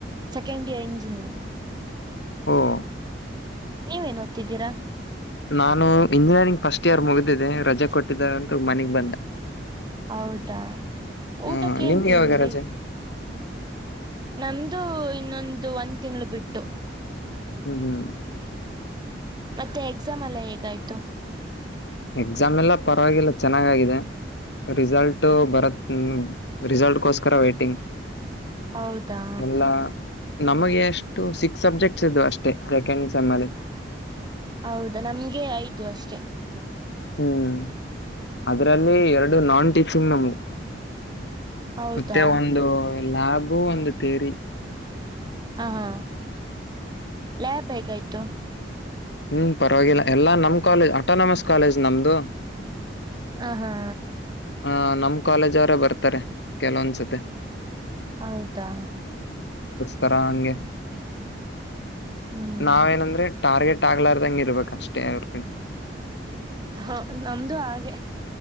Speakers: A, on the right; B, on the left.
A: ಸೆಕೆಂಡ್ ಇಯರ್ ಇಂಜಿನಿಯರ್,
B: ಹೋ.... <inaudible>
A: ನೀವೇ ನ್ ಓದ್ತಿದ್ದೀರಾ,
B: ನಾನು ಇಂಜಿನಿಯರಿಂಗ್ ಫಸ್ಟ್ ಇಯರ್ ಮುಗ್ದಿದೆರಜೆ ಕೊಟ್ಟಿದ್ದಾರೆ. ಅಂತ ಮನೆಗ್ ಬಂದೆ
A: ಹೌದಾ! ಊಟಕ್ಕೆ
B: ಹಾ ನಿಮ್ಗೆ
A: ಏನ್ ತಿಂದ್ರಿ
B: ಯಾವಾಗ ರಜೆ
A: ನಮ್ದು ಇನ್ನೊಂದು ಒಂದ್ ತಿಂಗ್ಳ ಬಿಟ್ಟು.
B: ಹ್ಮ್, ಹ್ಮ್
A: ಮತ್ತೆ ಎಕ್ಸಾಮ್ ಎಲ್ಲ ಹೇಗಾಯ್ತು.
B: ಎಕ್ಸಾಮ್ ಎಲ್ಲಾ ಪರವಾಗಿಲ್ಲ ಚೆನ್ನಾಗಾಗಿದೆ. ರಿಸಲ್ಟ್ ಬರತ್, ರಿಸಲ್ಟ್ಕೋಸ್ಕರ ವೇಟಿಂಗ್.
A: ಹೌದಾ
B: ಎಲ್ಲಾ ನಮಗೆ ಎಷ್ಟು ಸಿ ಸಬ್ಜೆಕ್ಟ್ಸ್ ಇದ್ವು ಅಷ್ಟೇ ಸೆಕೆಂಡ್ ಸೇಮ್ ಅಲ್ಲಿ.
A: ಹೌದಾ, ನಮ್ಗೆ ಐದು ಅಷ್ಟೆ
B: ಹ್ಮ್, ಅದ್ರಲ್ಲಿ ಎರಡು ನಾನ್ ಟೀಕ್ಷ <unintelligible> ಮ್ ನಮ್ದು
A: ಹೌದಾ
B: ಮತ್ತೆ ಒಂದು ಲ್ಯಾಬು, ಒಂದು ತೇರಿ
A: ಹಾ, ಹಾ ಲ್ಯಾಬ್ ಹೇಗಾಯ್ತು.
B: ಹ್ಮ್, ಪರವಾಗಿಲ್ಲ ಎಲ್ಲಾ ನಮ್ ಕಾಲೇಜ್ ಆಟೋನಮಸ್ ಕಾಲೇಜ್ ನಮ್ದು.
A: ಹ, ಹಾ,,
B: ಹ, ನಮ್ ಕಾಲೇಜ್ ಅವರೇ ಬರ್ತಾರೆ ಕೆಲವೊಂದ್ಸತೆ.
A: ಹೌದಾ,
B: ತ ಹಗೆ.....
A: ಹ್ಮ್
B: ನಾವ ನಂದ್ರೆ ಟಾರ್ಗೆಟ್ <unintelligible> ಆಗ್ಲಾರ್ದಂಗೆ ಇರ್ಬೇಕ ಅಷ್ಟೇ ಅವ್ರ ಕಡೆ.
A: ಹಾ, ನಮ್ದು ಹಾಗೆ